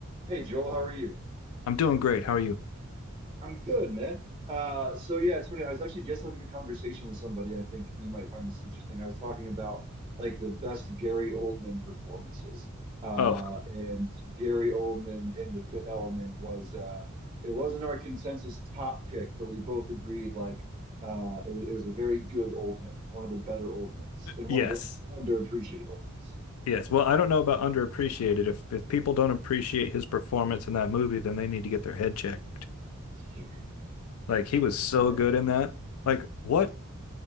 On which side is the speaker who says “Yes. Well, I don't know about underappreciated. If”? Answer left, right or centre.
Left